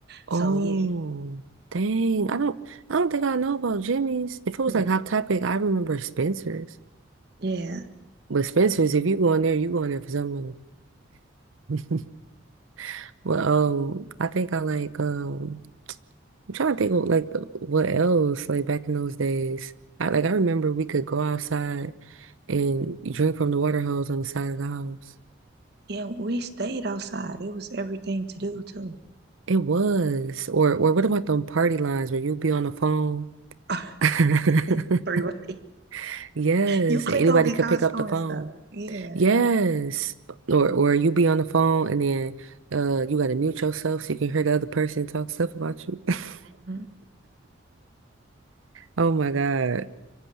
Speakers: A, on the right; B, on the right.
A: Oh,
B: So yeah.
A: dang. I don't I don't think I know about Jimmy's. If it was
B: Yeah.
A: like Hot Topic, I remember Spencer's.
B: Yeah.
A: But Spencer's, if you go in there, you go in there for something. <laughs> But um, I think I like um I'm trying to think of like what else like back in those days. I like I remember we could go outside and drink from the water hose on the side of the house.
B: Yeah, we stayed outside. It was everything to do too.
A: It was. Or or what about them party lines where you'd be on the phone?
B: <laughs>
A: <laughs>
B: Three way.
A: Yes,
B: You click
A: and anybody
B: over and
A: could
B: call
A: pick
B: so
A: up the
B: and
A: phone.
B: so. Yeah.
A: Yes. Or or you be on the phone and then uh you gotta mute yourself so you can hear the other person talk stuff about you. <laughs>
B: Mhm.
A: Oh my God.